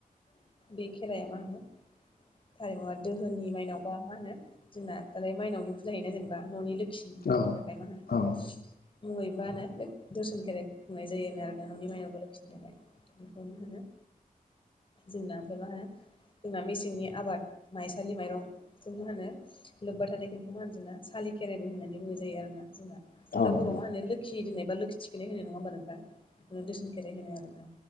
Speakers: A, on the left; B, on the left.
A: बे खेराया मा होनो थारिमुआ दोहोनि माइनाव बा मा होनो जोंना दालाय माइनावनि फुजा होयोना जेनेबा न'नि लोखिनि
B: औ नंगौ औ
A: थाखाय मा होनो
B: औ
A: मुङैबानो बे दरसन खेराइखौ खुंनाय जायोनो आरो। न'नि माइनाव बा लोखि थाखाय बेखौ मा होनो जोंना ओमफ्राय मा होनो जोंना मेसेंनि आबाद माइसालि माइरं जों मा होनो लोब्बा थानायख बेखौ मा होनो जोंना सालि खेराइबो होननानै बुंनाय जायो आरो ना। जोंना जोंना
B: औ नंगौ
A: बर' मा होनो लोखि दोननाय बा लोखि थिखनाय होनाय नङा होमबा नोंथां ओ दोरसोन खेराय होनो आरो ना